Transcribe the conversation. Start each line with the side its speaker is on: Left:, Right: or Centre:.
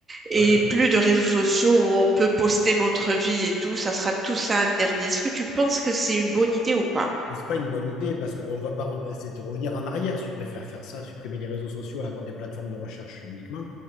Right: et
Left: Ouais.
Right: plus de réseaux sociaux où on peut poster notre vie et tout, ça sera tout ça interdit. Est-ce que tu penses que c'est une bonne idée ou pas?
Left: C'est pas une bonne idée parce qu'on va pas, re- c'est de revenir en arrière si tu préfères faire ça, supprimer les réseaux sociaux et avoir des plateformes de recherche uniquement,